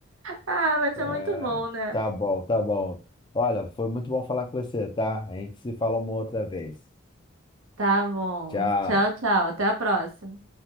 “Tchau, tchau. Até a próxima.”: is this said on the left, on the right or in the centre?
Right